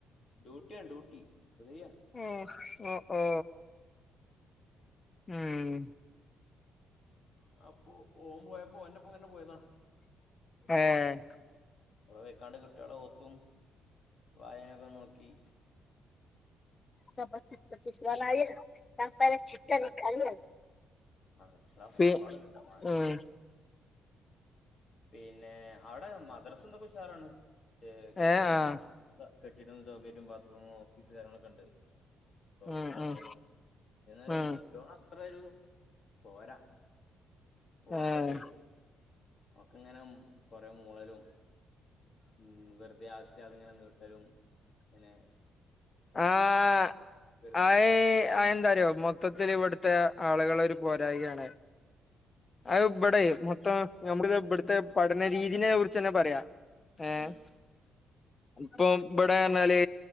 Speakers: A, on the left; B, on the left.
A: ഡ്യൂട്ടിയാണ് ഡ്യൂട്ടി ഹുതവിയാ
B: ഏഹ് ഓ ഓ ഉം
A: അപ്പൊ ഓൻ പോയപ്പോ ഓന്റെപ്പോ ഇങ്ങനെ പോയതാ
B: ഏഹ്
A: അവടെ പോയ്ക്കാണ്ട് കുട്ടികളെ ഓത്തും വായനൊക്കെ ഒന്ന് നോക്കി
B: <unintelligible>
A: <unintelligible>
B: പി ഉം
A: പിന്നെ അവിടെ മദ്രസും ഇതൊക്കെ ഉഷാറാണ് കെട്ടിടം
B: ഏഹ് ആഹ്
A: കെട്ടിടും സൗകര്യവും ബാത്റൂമും ഓഫീസ് കാര്യങ്ങളൊക്കെ ഉണ്ട്.
B: ഉം
A: ഉസ്താമാരും
B: ഉം
A: എന്നാലും
B: ഉം
A: കുട്ടികളൊ അത്രൊരു പോരാ ഓത്തൊക്കെ
B: ഏഹ്
A: ഒക്കെ ഇങ്ങനെ കൊറെ മൂളലും ഉം വെറുതെ ആവശ്യല്ലാതെ ഇങ്ങനെ നീട്ടലും പിന്നെ
B: ആഹ്
A: ഇതാണ്
B: ആയി അതെന്താറിയോ മൊ മൊത്തത്തിൽ ഇവിടുത്തെ ആളുകളെ ഒരു പോരായികയാണ് അത് അത് ഇവിടെ മൊത്തം നമ്മളിതാ ഇടുത്തെ പഠന രീതിനെ കുറിച്ച് തന്നെ പറയാം ഏഹ്
A: ഉം
B: ഇപ്പ ഇബട പറഞ്ഞാല്